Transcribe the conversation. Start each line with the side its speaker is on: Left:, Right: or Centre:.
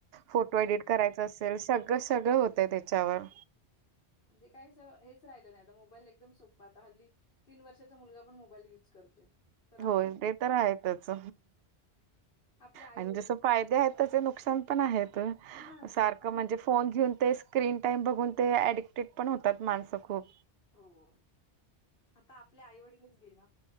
Right: फोटो एडिट करायच असेल, सगळं सगळं होतंय तेच्यावर.
Left: म्हणजे काय अस हेच राहिलं नाही, आता मोबाईल एकदम सोप्पं आता हल्ली. तीन वर्षाचा मुलगा पण मोबाईल युज करतोय. तर आपण
Right: होय, ते तर आहेतच.
Left: आपले आई-वडील
Right: आणि जस फायदे आहेत, तसे नुकसान पण आहेत.
Left: हां,
Right: सारखं
Left: ते तर आहेच.
Right: म्हणजे फो फोन घेऊन ते स्क्रीन टाईम बघून ते, ऍडिक्टेड पण होतात माणसं खूप.
Left: हो. आता आपल्या आई वडीलच घेणा,